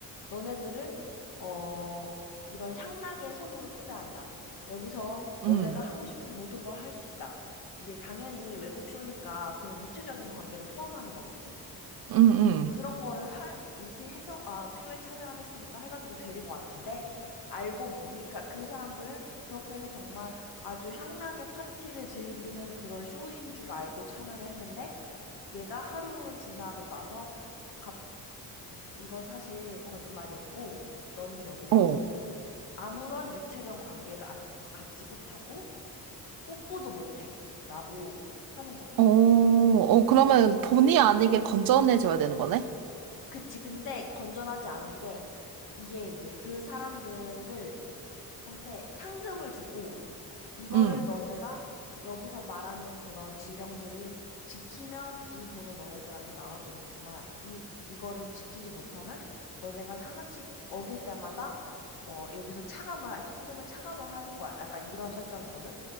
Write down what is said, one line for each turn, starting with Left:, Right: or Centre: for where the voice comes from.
Left: 너네들을 어 이런 향락의 섬으로 초대한다. 여기서
Right: 응,
Left: 너네가 하고 싶은 모든 걸 할 수 있다. 이제 당연히 외국 쇼니까 그런 육체적인 관계를 포함하는 거겠지?
Right: 응, 응.
Left: 그런 거를 하, 이렇게 해서, 아, 쇼에 참여하겠습니까? 해가지고 데리고 왔는데, 알고 보니, 그니까 그 사람들은 그렇게 해서 정말 아주 향락의 파티를 즐기는 그런 쇼인 줄 알고 참여를 했는데, 얘가 하루 지나고 나서, 갑, 이거 사실 거짓말이었고, 너는 여기서
Right: 어,
Left: 아무런 육체적 관계를 아- 갖지 못하고, 뽀뽀도 못해. 라고 하는 거야.
Right: 어, 어, 그러면 본의 아니게 건전해져야 되는 거네?
Left: 그치. 근데 건전하지 않은 게, 이게 이제 그 사람들을 한테 상금을 주고 이거를
Right: 응.
Left: 너네가 여기서 말하는 그런 지령들을 지키면 이 돈을 너네들한테 나눠주겠지만 이 이거를 지키지 못하면 너네가 하나씩 어길 때마다 어 여기서 차감을 할- 상금을 차감을 할 거야. 약간 이런 설정이거든.